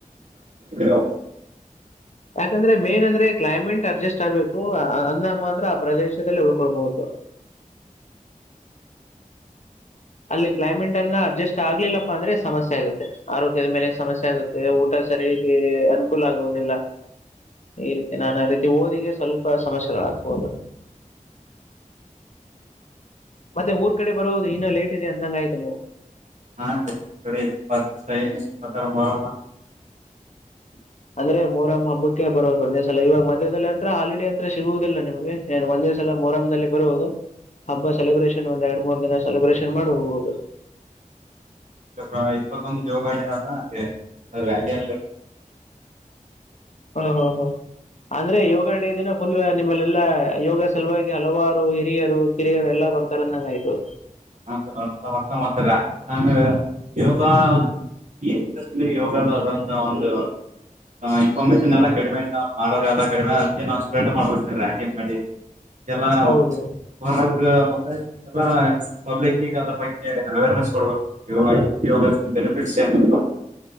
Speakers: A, on the right; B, on the left.
A: <inaudible>
B: ಯಾಕಂದ್ರೆ ಮೇನ್ ಅಂದ್ರೆ ಕ್ಲೈಮೇಟ್ ಅಡ್ಜಸ್ಟ್ ಆಗ್ಬೇಕು. ಇದ್ದಾಗ ಮಾತ್ರ ಆ ಪ್ರದೇಶದಲ್ಲಿ ಉಳ್ಕೊಳ್ಬಹುದು. ಅಲ್ಲಿ ಕ್ಲೈಮೇಟ್ ಅನ್ನ ಅಡ್ಜಸ್ಟ್ ಆಗ್ಲಿಲ್ಲ. ಅಂದ್ರೆ ಸಮಸ್ಯೆ ಆಗುತ್ತೆ ಆರೋಗ್ಯದ ಮೇಲೆ ಸಮಸ್ಯೆ ಆಗುತ್ತೆ, ಊಟ ಸರಿಯಾಗಿ ಅನುಕೂಲ ಆಗುವುದಿಲ್ಲ ಈ ರೀತಿ ನಾನು ಆ ರೀತಿ ಓದಿಗೆ ಸ್ವಲ್ಪ ಸಮಸ್ಯೆಗಳಾಗಬಹುದು ಮತ್ತೆ ಊರ್ ಕಡೆ ಬರುವುದು ಇನ್ನ ಲೇಟ್ ಇದೆ ಅಂದಂಗ ಆಯ್ತು ನೀವು
A: ಆತ್ ಕಡೆ ಇರಬಾರದು ಮ
B: ಅಂದ್ರೆ ಮೂರಮ್ಮ ಹಬ್ಬಕ್ಕೆ ಬರೋದು ಒಂದೇ ಸಲ ಇವಾಗ ಮತ್ತೆ ಇದರಲ್ಲಿ ಅಂದ್ರೆ ಹಾಲಿಡೇ ಅಂದ್ರೆ ಸಿಗುವುದಿಲ್ಲ ನಿಮಗೆ ಏನ್ ಒಂದೇ ಸಲ ಮೊಹರಂಗೆ ಬರುವುದ ನೀವು ಹಬ್ಬ ಸೆಲೆಬ್ರೇಷನ್ ಒಂದ್ ಎರಡ್ ಮೂರ್ ದಿನ ಸೆಲೆಬ್ರೇಷನ್ ಮಾಡಿಹೋಗೋದು
A: ಇವಾಗ ಇಪ್ಪತ್ತೊಂದು ಯೋಗ ಡೇ ಆತ ಅ
B: ಹ ಹ ಹ ಅಂದ್ರೆ ಯೋಗ ಡೇ ದಿನ ಫುಲ್ ನಿಮ್ಮಲೆೆಲ್ಲಾ ಯೋಗ ಸಲುವಾಗಿ ಹಲವಾರು ಹಿರಿಯರು ಕಿರಿಯರು ಎಲ್ಲಾ ಬರ್ತಾರಂದಂಗ ಆಯ್ತು
A: ಒಂಥರಾ ಒಂಥರಾ ಹ... ತರ ಯೋಗ ಈದಲ್ಲಿ ಯೋಗದ ಆದಂತ ಒಂದು ಇನ್ಫಾರ್ಮೇಶನ್ ಎಲ್ಲ ಕಡಿಮೆ ಮಾಡೋರು ಕಡಿಮೆ ಅದಕ್ಕೆ ನಾವು ಸ್ಪ್ರೆಡ್ ಮಾಡಬೇಕು ಸರ್ ಎಂಡಿ ಮಾಡಿ ಎಲ್ಲ
B: ಹೌದು
A: ಒಂದು ಹೊರ ಎಲ್ಲಾ.... ಪಬ್ಲಿಕ್ ಗೆ ಆದ್ರ ಬಗ್ಗೆ ಅವೇರ್ನೆಸ್ ಕೊಡ್ಬೇಕ ಯೋಗ ಯೋಗದ ಬೆನಿಫಿಟ್ಸ್ ಏನು